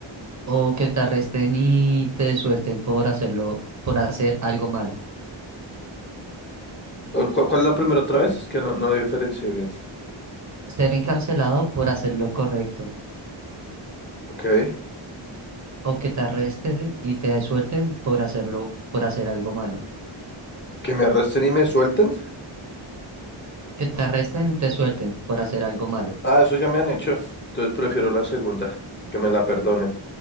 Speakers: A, on the right; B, on the left.
A: o que te arresten y te suelten por hacerlo, por hacer algo malo.
B: cu- ¿Cuál, es la primera otra vez? Es que no, no diferencié bien.
A: Ser encarcelado por hacer lo correcto,
B: Ok.
A: o que te arresten y te suelten por hacerlo, por hacer algo malo.
B: ¿Que me arresten y me suelten?
A: Que te arresten y te suelten por hacer algo malo.
B: Ah, eso ya me han hecho. Entonces prefiero la segunda, que me la perdonen.